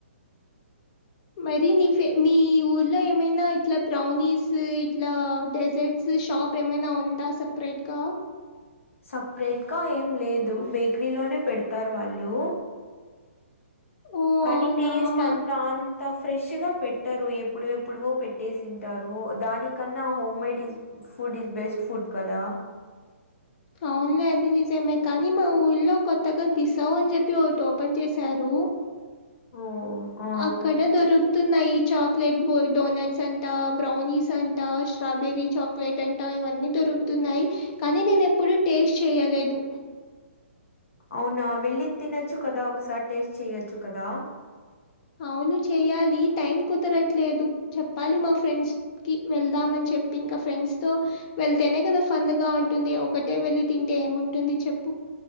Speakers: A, on the left; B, on the left.
A: మరి నీ మీ ఊర్లో ఏమైనా ఇట్లా బ్రౌనీస్ ఇట్లా డెజర్ట్స్ షాప్ ఏమైనా ఉందా సపరేట్ గా
B: సపరేట్గా ఏం లేదు బేకరీలోనే పెడతారు వాళ్ళు
A: ఓహ్!
B: కానీ
A: అవునా!
B: టేస్ట్
A: మా
B: అంత అంత ఫ్రెష్ గా పెట్టరు ఎప్పుడు ఎప్పుడువో పెట్టే తింటారు దానికన్నా homemades food is best food కదా
A: వున్లే అది నిజమే కానీ మా ఊళ్లో కొత్తగా బిసావు అని చెప్పి ఒకటి ఓపెన్ చేశారు
B: ఓ ఆ
A: ఆక్కడే దొరుకు తున్నాయి చాక్లెట్ బ డోనట్స్ అంట బ్రౌనీస్ అంట స్ట్రాబెర్రీ చాక్లెట్ అంట ఇవన్నీ దొరుకుతున్నాయి కానీ నేన ఎప్పుడూ టేస్ట్ చేయలేదు
B: అవునా వెళ్ళి తినొచ్చు కదా ఒకసారి టేస్ట్ చెయొచ్చు కదా
A: అవును చెయ్యాలి టైం కుదరట్లేదు చెప్పాలి మా ఫ్రెండ్స్ కి వెళ్దామని చెప్పి ఇంకా ఫ్రెండ్స్ తో వెళ్తేనే కదా ఫన్ గా ఉంటుంది ఒకటే వెళ్ళి తింటే ఏముంటుంది చెప్పు